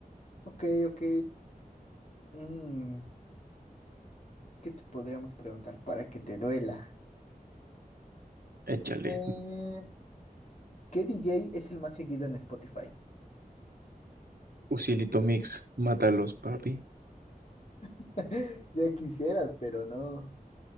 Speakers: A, on the left (about 50°); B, on the right (about 85°).
A: Ok, ok. mm, ¿qué te podríamos preguntar para que te duela?
B: échale.
A: Eh, ¿Qué DJ es el más seguido en Spotify?
B: Usilito mix, mátalos, papi.
A: <laughs> Ya quisieras, pero no.